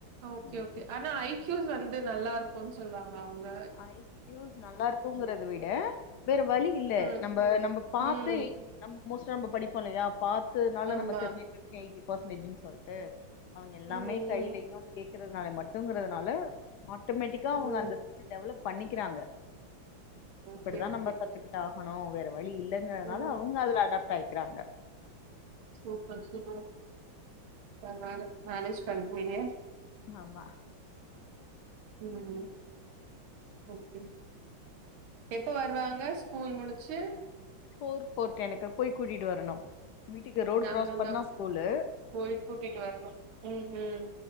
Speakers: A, on the right; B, on the left.
A: ஓகே
B: ம்
A: ஓகே ஆனா ஐ கியூஸ் வந்து நல்லா இருக்குன் சொல்வாங்க அவுங்க
B: ஐக்கியூஸ் நல்லா இருக்குங்கறத விட வேற வலி இல்ல
A: ம்,
B: நம்ப நம்ப பாத்து
A: ம்.
B: நம் மோஸ்டா நம்ம படிப்போ இல்லயா பாத்ததுனால
A: ஆமா.
B: நம்ம தெரிஞ்சுட்ருக்க எய்ட்டி பெர்சன்டேஜ்னு சொல்ட்டு அவுங்க எல்லாமே
A: ம்,
B: கைலயு கேக்குறதுனால மட்டுங்றதுனால ஆட்டோ மேட்டிக்கா
A: ம்,
B: அவுங்க
A: ம்.
B: அந்த அது டெவலப் பண்ணிக்கிறாங்க
A: ஓகே,
B: இப்டிதா
A: ஓகே.
B: நம்ம கத்துக்கிட்டாகணு வேற வழி இல்ல ங்குறதுனால
A: ம்.
B: அவுங்க அதுல அடாப்ட் ஆயிக்கிறாங்க
A: சூப்பர் சூப்பர் பர்வால மேனேஜ் பண்றீங்க
B: ஆமா
A: ம் ஓகே எப்ப வருவாங்க ஸ்கூல் முடிச்சு
B: ஃபோர் ஃபோர் டெனுக்கு போய் கூட்டிட்டு வரணு வீட்டுக்கு ரோடு
A: நானும்
B: கிராஸ் பண்ணா
A: தான்
B: ஸ்கூலு
A: போய் கூட்டிட்டு வரணும். ம், ம்.